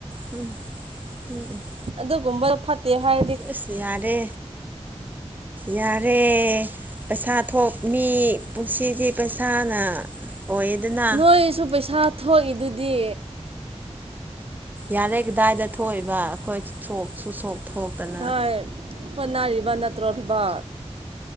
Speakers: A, on the right (about 15°); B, on the right (about 60°).
A: <inaudible>
B: ꯑꯗꯨꯒꯨꯝꯕ ꯐꯠꯇꯦꯍꯥꯏ꯫
A: ꯑꯁ ꯌꯥꯔꯦ꯫ ꯌꯥꯔꯦ ꯄꯩꯁꯥ ꯊꯣꯛ ꯃꯤ ꯄꯨꯟꯁꯤꯗꯤ ꯄꯩꯁꯥꯅ꯫ ꯑꯣꯏꯗꯅꯦ <unintelligible>
B: ꯅꯣꯏꯁꯨ ꯄꯩꯁꯥ ꯊꯣꯛꯏꯗꯨꯗꯤ꯫
A: ꯌꯥꯔꯦ ꯀꯗꯥꯏꯗ ꯊꯣꯛꯏꯕ ꯑꯩꯈꯣꯏ ꯁꯣꯛ ꯁꯣꯛ ꯊꯣꯛꯇꯅ꯫
B: ꯊꯥꯏ ꯍꯣꯠꯅꯔꯤꯕ ꯅꯠꯇ꯭ꯔꯣ ꯊꯕ꯫